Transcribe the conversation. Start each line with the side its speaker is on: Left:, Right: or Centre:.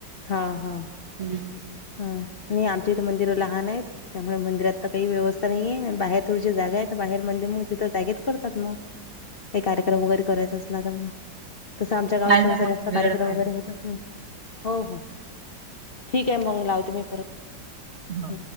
Left: हा हा.
Right: हम्म.
Left: हा नाही आमच्या इथे मंदिर लहान आहेत त्यामुळे मंदिरात काही व्यवस्था नाही आहेे बाहेर थोडीशी जागा आहेत बाहेर म्हणजे मग तिथं जागेत करतात मग काही कार्यक्रम वगैरे करायचा असला तर म. तसं आमच्या गावात
Right: पाहिजे
Left: सहसा
Right: मग
Left: जास्त
Right: वेळ
Left: कार्यक्रम
Right: पाहिजे.
Left: वगैरे होतच नाय हो हो. द्या मग मी लावते मी परत.
Right: हा.
Left: हं.